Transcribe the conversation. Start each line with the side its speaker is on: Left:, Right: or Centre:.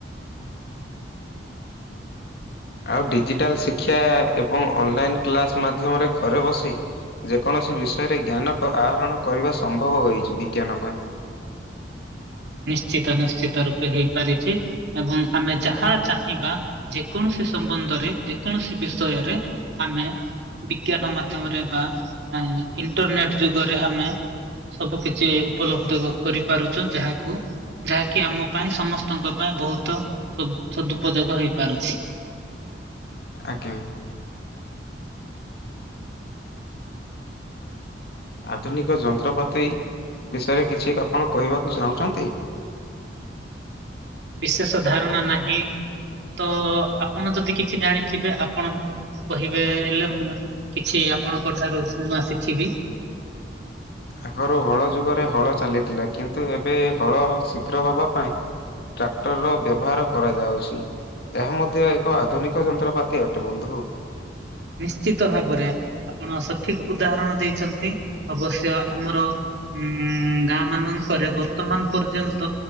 Left: ଆଉ ଡିଜିଟାଲ ଶିକ୍ଷା ଏବଂ ଅନଲାଇନ କ୍ଲାସ ମାଧ୍ୟମରେ ଘରେ ବସି ଯେକୌଣସି ବିଷୟରେ ଜ୍ଞାନ ଆହରଣ କରିବା ସମ୍ଭବ ହୋଇଛି, ବିଜ୍ଞାନ ପାଇଁ <unintelligible>
Right: ନିଶ୍ଚିତ ନିଶ୍ଚିତ ରୂପେ ହେଇପାରିଛି ଏବଂ ଆମେ ଯାହା ଚାହିଁବା ଯେକୌଣସି ସେ ସମ୍ବନ୍ଧରେ ଯେକୌଣସି ବିଷୟରେ ଆମେ ବିଜ୍ଞାନ ମାଧ୍ୟମରେ ବା ଇଣ୍ଟରନେଟ ଯୁଗରେ ଆମେ ସବୁ କିଛି ଉପଲବ୍ଧ କରିପାରୁଛୁ ଯାହା ଯାହାକି ଆମ ପାଇଁ ସମସ୍ତଙ୍କ ପାଇଁ ବହୁତ ସଦୁପଯୋଗ ହେଇପାରୁଛି।
Left: ଆଜ୍ଞା। ଆଧୁନିକ ଯନ୍ତ୍ରପାତି ବିଷୟରେ କିଛି ଆପଣ କହିବାକୁ ଚାହୁଁଛନ୍ତି?
Right: ବିଶେଷ ଧାରଣା ନାହିଁ। ତ ଆପଣ ଯଦି କିଛି ଜାଣିଥିବେ, ଆପଣ କହିବେ ହେଲେ ମୁଁ କିଛି ଆପଣଙ୍କ ଠାରୁ ସେମା <unintelligible> ଶିଖିବି।
Left: ଆଗରୁ ହଳ ଯୁଗରେ ହଳ ଚାଲିଥିଲା କିନ୍ତୁ ଏବେ ହଳ ଶୀଘ୍ର ହବା ପାଇଁ ଟ୍ରାକ୍ଟର ର ବ୍ୟବହାର କରାଯାଉଛି। ଏହା ମଧ୍ୟ ଏକ ଆଧୁନିକ ଯନ୍ତ୍ରପାତି ଅଟେ। ବନ୍ଧୁ
Right: ନିଶ୍ଚିତ ଭାବରେ ଆପଣ ସଠିକ ଉଦାହରଣ ଦେଇଛନ୍ତି। ଅବଶ୍ୟ ଆମର ଉଁ ଗାଁ ମାନଙ୍କରେ ବର୍ତ୍ତମାନ ପର୍ଯ୍ୟନ୍ତ